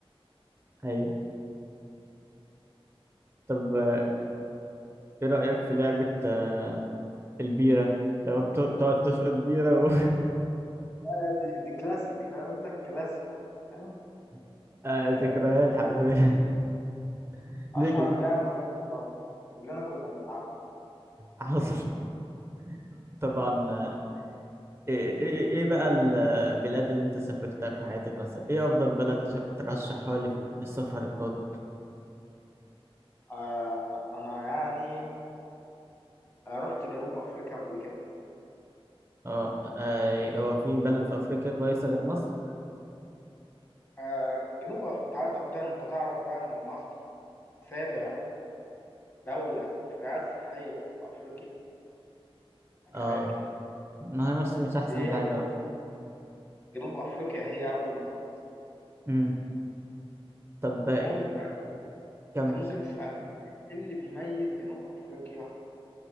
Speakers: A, on the right; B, on the left.
A: أيوه طب آه، إيه رأيك في لعبة آه، البيرة لو بت- بتقعد تشقط بيرة و
B: آه، دي, دي كلاسيك فاهم انت الكلاسيك فاهم
A: <laughs> آه،
B: آه،
A: ذكريات حرفيا <laughs>
B: اشهر
A: ليجن
B: لعبه في الحضاره كلنا كنا بنلعبها
A: حصل <laughs> طبعا ايه ايه إيه بقى البلاد اللي انت سافرتها في حياتك مثلا ايه افضل بلد تش- ترشحها لي للسفر القادم
B: آه انا يعني انا رحت جنوب افريقيا قبل كده
A: اه آه، هو في بلد في افريقيا كويسة غير مصر
B: آه جنوب أف... انت عارف طب انت تعرف بقى ان مصر سابع دولة في الرعاية الصحية في افريقيا هتخيل
A: اه ما هي مصر مش احسن
B: ايه
A: حاجة بقى
B: جنوب افريقيا هي اول دولة
A: امم طب إيه-
B: المهم بقى انت
A: كمل
B: ممكن تسألني ايه اللي بيميز جنوب افريقيا